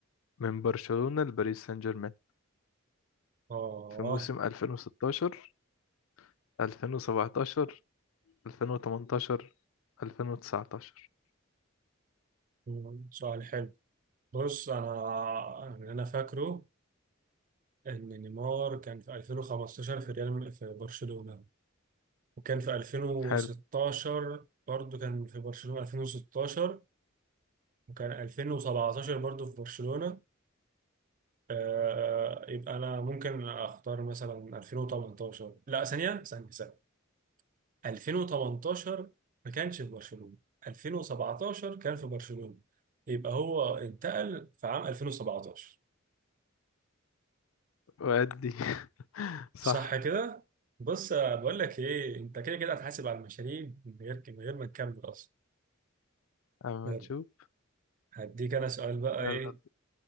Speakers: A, on the left; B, on the right.
A: من برشلونة لباريس سان جيرمان
B: اه
A: في موسم 2016 2017 2018 2019
B: مم، سؤال حلو بص انا اللي انا فاكره ان نيمار كان في 2015 في ريال في برشلونة وكان في 2016
A: حلو
B: برضو كان في برشلونة 2016 وكان 2017 برضو في برشلونة آه يبقى أنا ممكن أختار مثلا 2018 لا ثانية ثانية ثانية 2018 ما كانش في برشلونة 2017 كان في برشلونة يبقى هو انتقل في عام 2017
A: وأدي <laughs> صح
B: صح كده؟ بص آه، بقول لك ايه انت كده كده هتحاسب على المشاريب من غير من غير ما نكمل اصلا
A: اما
B: يلا
A: نشوف
B: هديك انا سؤال بقى
A: يلا
B: ايه